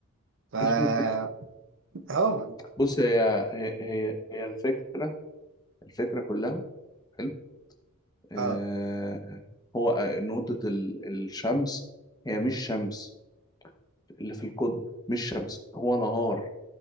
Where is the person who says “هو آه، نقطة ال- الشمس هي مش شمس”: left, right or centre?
Left